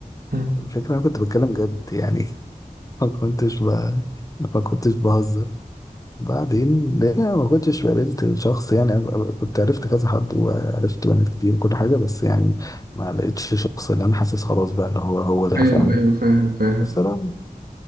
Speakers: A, on the right; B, on the left.
A: <laughs>
B: الفكره انا كنت بتكلم جد يعني <laughs> ما كنتش ب... ما كنتش بهزر بعدين لان انا ما كنتش قابلت الشخص يعني أنا كنت عرفت كذا حد وعرفت بنات كتير وكل حاجه بس يعني ما لقيتش شخص اللي انا حاسس خلاص بقى اللي هو هو ده
A: ايوه
B: فاهم
A: ايوه فاهم فاهم
B: بس انا